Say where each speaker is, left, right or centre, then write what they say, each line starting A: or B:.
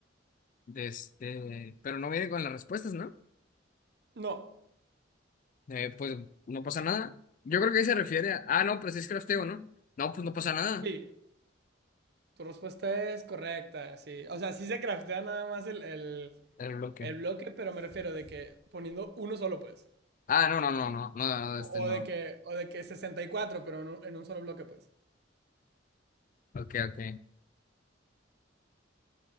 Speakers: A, on the left; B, on the right.
A: de este, pero no viene con las respuestas, ¿no?
B: No.
A: Eh, pues no pasa nada. Yo creo que ahí se refiere a, ah, no, pues es crafteo, ¿no? No, pues no pasa nada.
B: Sí. Tu respuesta es correcta. Sí. O sea, sí se craftea nada más el, el,
A: El bloque.
B: el bloque, pero me refiero de que poniendo uno solo, pues.
A: Ah, no, no, no, no, no, no, este
B: O, o
A: no.
B: de que, o de que 64, pero en un, en un solo bloque, pues.
A: Ok, ok,